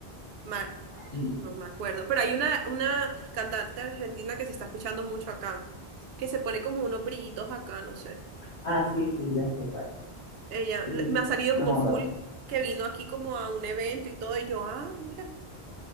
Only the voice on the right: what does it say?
Mar-
no me acuerdo, pero hay una, una cantante argentina que se está escuchando mucho acá, que se pone como unos brillitos acá, no sé.
Ella,
le- me ha salido
como
full que vino aquí como a un evento y todo, y yo, ah, mira,